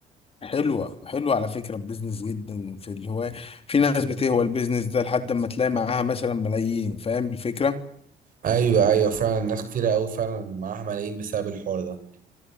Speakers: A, on the left; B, on the right.
A: حلوه حلوه على فكره البيزنس جدا في الهوايه في ناس بتهوى البيزنس ده لحد ما تلاقي معاها مثلا ملايين فاهم الفكره
B: أيوه أيوه فعلا ناس كتيرة أوي فعلا معاها ملايين بسبب الحوار ده